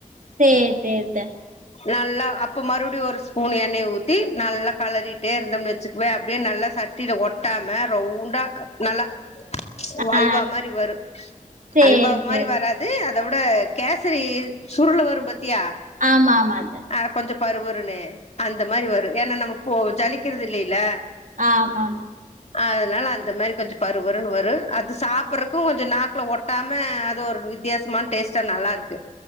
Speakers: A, on the right; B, on the left.
A: சேர் சேரித்த
B: நல்லா அப்ப மறு டி ஒரு ஸ்பூன் எண்ணைய ஊத்தி நல்லா கலறிட்டே இருந்தம்னு வச்சுக்குவே அப்டே நல்லா ச சட்டில ஒட்டாம ரவுண்டா நல்லா வால்வா
A: ஆ
B: மாரி வரு
A: சேரி
B: அல்பா மாரி
A: சேரி அத்த
B: வரா து அத விட கேசரி சுருளு வரு பாத்தியா
A: ஆமா ஆமா த
B: அத கொஞ்சோ பரு பருன்னு அந்த மாரி வரு ஏன்னா நம்ம போ ஜலிக்கறது இல்லையில்ல
A: ஆமாம்மா
B: அதனால அந்த மாரி கொஞ்சோ பரு பருன்னு வரு அது சாப்பட்றக்கு கொஞ்சோ‌ நாக்ல ஒட் ட்டாம அது ஒரு வித்தியாஸமான டேஸ்டா நல்லா இருக்கு